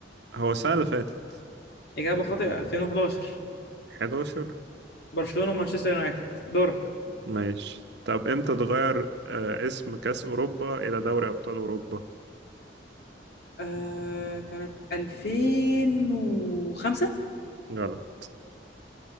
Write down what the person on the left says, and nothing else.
إجابة خاطئة 2011
برشلونة ومانشستر يونايتد دورك
آه كانت 2005